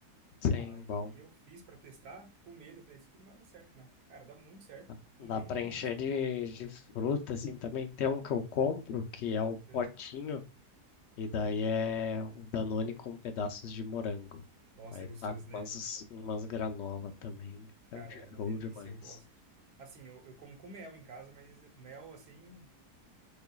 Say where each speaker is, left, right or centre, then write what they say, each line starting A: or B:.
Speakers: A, on the left (about 80°); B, on the right (about 75°).
A: Sim,
B: Aí
A: bom.
B: eu fiz pra testar, com medo, eu falei, isso aqui não vai dar certo, não. Cara, dá muito certo
A: Dá
B: e
A: dá
B: rende
A: pra
B: muito,
A: encher
B: sabe?
A: de, de fruta, assim, também. Tem um que eu compro, que é o
B: É.
A: potinho. E daí é o Danone com pedaços de morango.
B: Nossa,
A: Aí
B: é gostoso,
A: tá com
B: né?
A: umas, umas granola também.
B: Cara,
A: Fica
B: é uma
A: show
B: delícia,
A: demais.
B: eu gosto. Assim, eu, eu como com mel em casa, mas mel, assim,